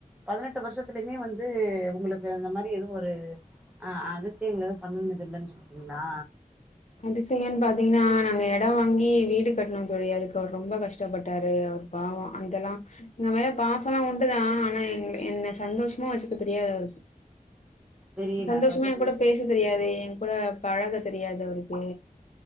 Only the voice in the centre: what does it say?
பதினெட்டு வர்ஷத்துலயுமே வந்து உங்களுக்கு அந்த மாரி எதுவு ஒரு ஆ அது செய்ல பண்ணதில்லன் சொல்றிங்ளா
தெரியல
அதாவது